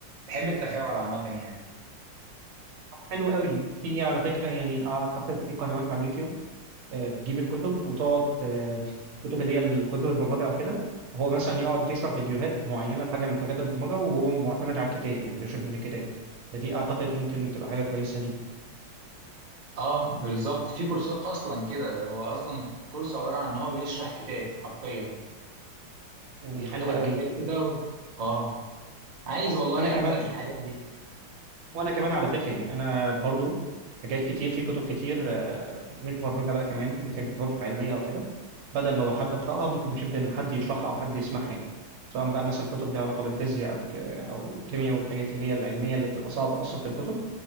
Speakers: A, on the right (about 45°); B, on the right (about 75°).
A: بحب التفاعل عامة يعني
B: حلو قوي في على فكرة يعني أعتقد في قنوات على اليوتيوب آه، بتجيب الكتب وتقعد آه، الكتب اللي هي الكتب البرمجه او كده هو مثلا يقعد يشرح فيديوهات معينه لحاجه من حاجات البرمجه وهو معتمد على الكتاب يعني بيشرح من الكتاب فدي اعتقد ممكن تبقى حاجه كويسه ليك
A: اه بالظبط في كورسات اصلا كده هو اصلا كورس عباره عن ان هو بيشرح كتاب حرفيا
B: وحلوه
A: بيفتح الكتاب
B: قوي
A: كده و... اه عايز والله
B: وانا كمان
A: ابدا في الحاجات دي
B: وانا كمان على فكره يعني انا برضو حاجات كتير في كتب كتير آه، مش برمجه بقى كمان ممكن كتب علميه او كده بدل ما بحب اقراها ممكن بحب ان حد يشرحها او حد يسمعها يعني سواء بقى مثلا كتب ليها علاقه بالفيزياء او ك- او الكيمياء والحاجات اللي هي العلميه اللي بتبقى صعبه اصلا في الكتب